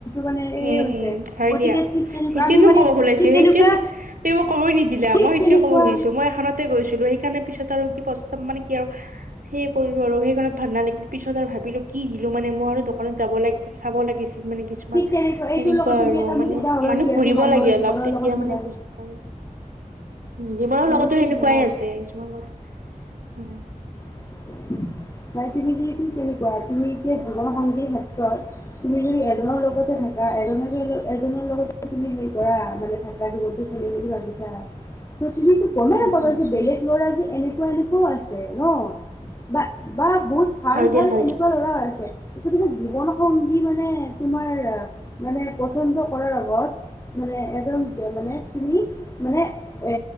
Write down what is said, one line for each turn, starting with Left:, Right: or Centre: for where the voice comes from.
Left: মানে সেই
Right: উম,
Left: হৈছে
Right: উম, হয়
Left: গতিকে
Right: দিয়া
Left: ঠিক তেনেকুৱা
Right: সেইটোবে
Left: আমি
Right: মই
Left: মানে
Right: ক'ব খোলাইছো
Left: ঠিক তেনেকুৱা
Right: সেইটোয়ে তুমি মোক ক'বই নিদিলা
Left: ঠিক
Right: মই এতিয়া
Left: তেনেকুৱা
Right: ক'ব খুজিছো মই এখনতে গৈছিলো সেইকাৰণে পিছত আৰু প্ৰস্ত মানে কি আৰু সেয় কৰিলো আৰু সেইখনত ভাণ্ডা লাগিল পিছত আৰু ভাবিলো কি দিলো মানে মই আৰু ত' যাব লাগিছিল চাব লাগিছিল মানে কিছুমান
Left: ঠিক তেনেকুৱা
Right: সেনেকুৱা
Left: এইটোৰ লগত তুমি
Right: আৰু
Left: এটা
Right: মানে
Left: মোক উদাহৰণ
Right: মানুহ
Left: দিয়াচোন
Right: ঘুৰিব
Left: মানুহৰ
Right: লাগে অলপ
Left: জীৱনৰ
Right: তেতিয়া
Left: লগত মিলাই
Right: মানে বুজি পায়। জীৱনৰ
Left: মানে
Right: লগতো
Left: কি
Right: সেনেকুৱাই
Left: জানা
Right: আছে কিছুমান কথা হয়।
Left: <inaudible> নাই তুমি যদি কেনেকুৱা, তুমি এতিয়া জসংগীৰ ক্ষেত্ৰত তুমি যদি এজনৰ লগতে বা এজনৰ লগত তুমি হেৰি কৰা মানে থকা জীৱনতটো চলিম বুলি ভাবিছা। ত, তুমিতো গমেই
Right: উম
Left: নাপাবা
Right: উম
Left: যে
Right: উম
Left: বেলেগ ল'ৰা যে এনেকুৱা- এনেকুৱাও আছে ন' বা বা বহুত ভাল,
Right: হয় দিয়া
Left: ভাল
Right: হয়
Left: এনেকুৱা
Right: দিয়া
Left: ল'ৰা আছে। <unintelligible> জীৱনসংগী মানে তোমাৰ মানে পচন্দ কৰাৰ আগত মানে এজন মানে তুমি মানে এ,